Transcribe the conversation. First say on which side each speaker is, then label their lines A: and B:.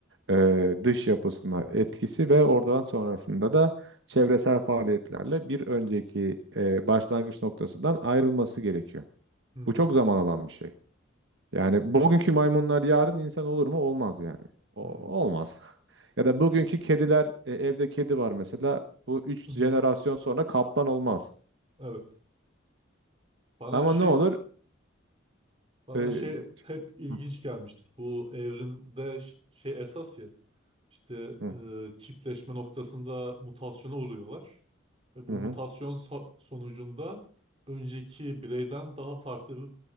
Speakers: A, on the right; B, on the right.
A: e, dış yapısına etkisi ve oradan sonrasında da çevresel faaliyetlerle bir önceki e, başlangıç noktasından ayrılması gerekiyor.
B: Hı
A: Bu çok zaman alan bir şey. Yani bugünkü maymunlar yarın insan olur mu? Olmaz yani. O,
B: hı.
A: olmaz. <laughs> Ya da bugünkü kediler, e, evde kedi var mesela. Bu üç
B: Hı
A: jenerasyon
B: hı.
A: sonra kaplan olmaz.
B: Evet. Bana
A: Ama
B: şey
A: ne olur?
B: bana
A: E,
B: şey hep ilginç
A: Hı
B: gelmiştir. Bu evrimde ş- şey esas ya. İşte
A: hı,
B: e, çiftleşme noktasında mutasyona uğruyorlar. Ve bu
A: hı
B: mutasyon
A: hı.
B: so- sonucunda önceki bireyden daha farklı bir